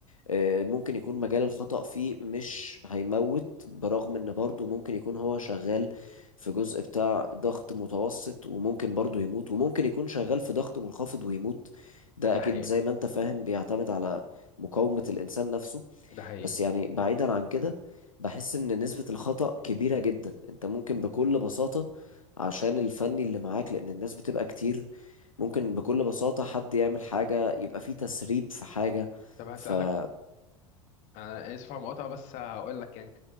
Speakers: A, on the left; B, on the left.
A: آه، ممكن يكون مجال الخطأ فيه مش هيموت برغم ان برضه ممكن يكون هو شغال في جزء بتاع ضغط متوسط وممكن برضه يموت وممكن يكون شغال في ضغط منخفض ويموت ده
B: ده
A: اكيد
B: حقيقي
A: زي ما انت فاهم بيعتمد على مقاومة الانسان نفسه
B: ده حقيقي
A: بس يعني بعيدا عن كده بحس ان نسبة الخطأ كبيرة جدا انت ممكن بكل بساطة عشان الفني اللي معاك لان الناس بتبقى كتير ممكن بكل بساطة حد يعمل حاجة يبقى فيه تسريب في حاجة
B: طب هسألك
A: فبص
B: انا اسف على المقاطعة بس هقول لك يعني